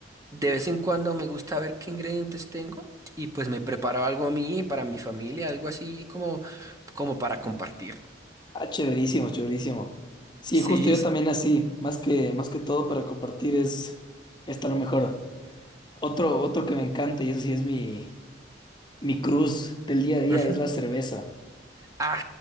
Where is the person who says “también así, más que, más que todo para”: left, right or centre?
Left